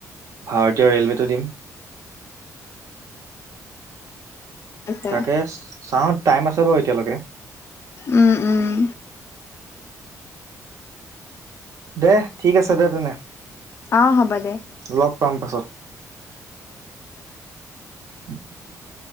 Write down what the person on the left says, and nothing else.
আছে
উম উম।
অ' হ'ব দে।